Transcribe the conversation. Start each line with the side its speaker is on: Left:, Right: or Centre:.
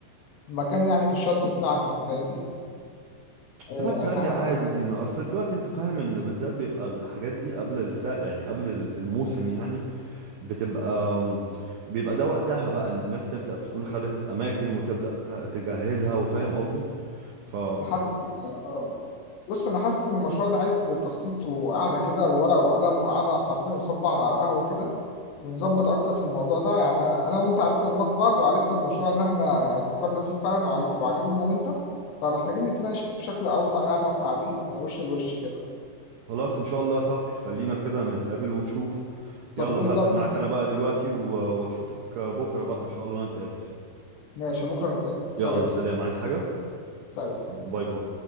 Left: المكان يعني في الشط بتاعنا انت فاهمني آه،
Right: لا بتهيألي
Left: احنا عايزين
Right: عادي يعني اصل دلوقتي انت فاهم ان بالذات بيبقى الحاجات دي قبل الساقة يعني قبل ال- الموسم يعني بتبقى بيبقى ده وقتها بقى ان الناس تبدأ تكون خدت اماكن وتبدأ ت- تجهزها وفاهم قصدي ف
Left: انا حاسس اه بص انا حاسس ان المشروع ده عايز تخطيط وقعده كده بورقه وقلم وقعده حرفيا قصاد بعض على القهوه كده ونظبط اكتر في الموضوع ده يعني انا وانت عرفنا دماغ بعض وعرفنا المشروع ان احنا يعني فكرنا فيه فعلا وعج- وعجبنا انا وانت فمحتاجين نتناقش فيه بشكل اوسع يعني واحنا قاعدين وش لوش كده
Right: خلاص ان شاء الله يا صاحبي خلينا كده نتقابل ونشوف
Left: طب
Right: يلا
Left: ايه
Right: هقفل
Left: طب
Right: معاك انا بقى دلوقتي و- واشوفك بكرة بقى ان شاء الله نتقابل
Left: ماشي بكره نتقابل
Right: يلا
Left: سلام
Right: سلام عايز حاجة
Left: سلام
Right: باي باي